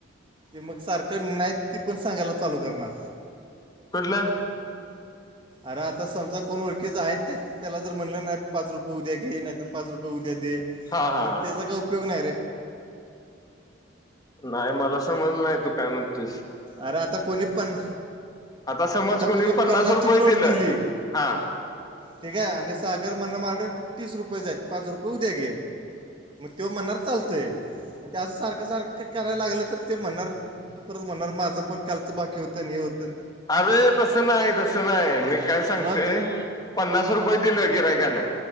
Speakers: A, on the right (about 25°); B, on the left (about 20°).
A: ते मग सारखं नाहीत ती पण सांगायला चालू करणार
B: कुठलं
A: अरे आता समजा कोण व ओळखीच आहे ते त्याला जर म्हणलं नाही पाच रुपये उद्या घे नाही तर पाच रुपये उद्या दे
B: हा हा
A: मग त्याचा काय उपयोग नाही रे
B: नाही मला समजलं नाही तू काय म्हणतेस
A: अरे आता कोणी पण
B: समज
A: आता कोणी
B: पन्नास
A: पन्नासची
B: रुपये
A: नोट
B: दिलं
A: दिली.
B: हा
A: ठीक आहे आणि सागर म्हण माझ्याकडे तीस रुपयेच आहेत पाच रुपये उद्या घे मग तेव म्हणणार चालतंय मग ते त्या असं सारखं सारखं का करायला लागलं तर ते म्हणणार परत म्हणणार माझं पण कालचं बाकी होतं हे होत
B: अरे तसं नाही तसं नाही मी काय सांगतेय.
A: मग
B: पन्नास रुपये दिल गिरायकाने